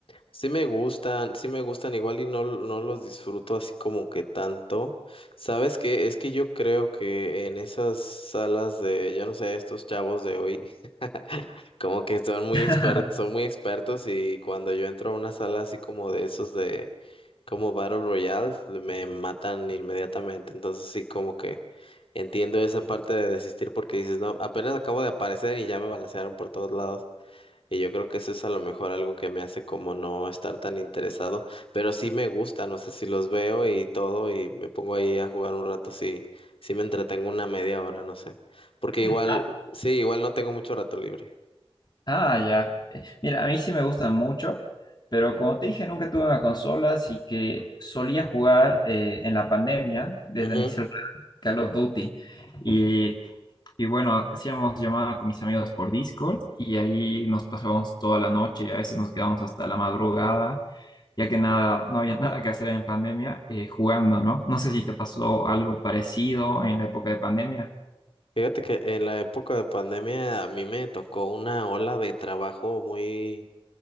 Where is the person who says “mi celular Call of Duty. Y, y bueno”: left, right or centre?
Left